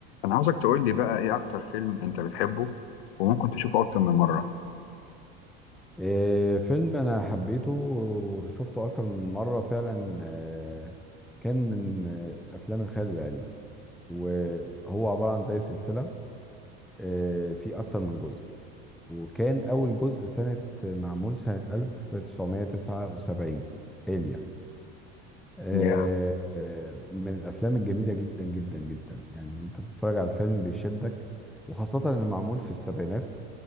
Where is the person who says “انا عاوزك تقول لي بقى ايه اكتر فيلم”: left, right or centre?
Left